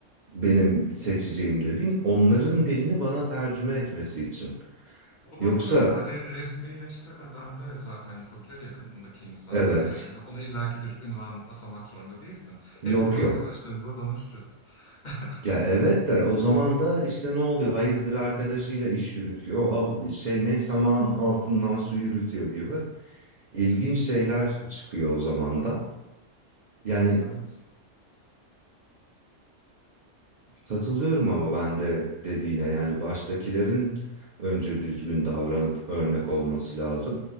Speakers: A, on the right; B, on the left.
A: benim seçeceğim dediğim onların dilini bana tercüme etmesi için.
B: Bunu
A: Yoksa
B: ama mesela re- resmileştirmeden de zaten yapabilir yakınındaki insanlar
A: evet,
B: yani. Hani ona illaki bir ünvan atamak zorunda değilsin.
A: yok
B: Hepimiz arkadaşlarımıza
A: yok
B: danışırız. <laughs>
A: Ya evet de o zaman da işte ne oluyor? Hayırdır arkadaşıyla iş yürütüyor. Ab- şey ne saman altından su yürütüyor gibi. İlginç şeyler çıkıyor o zaman da. Yani
B: Evet.
A: katılıyorum ama ben de dediğine yani baştakilerin önce düzgün davranıp örnek olması lazım.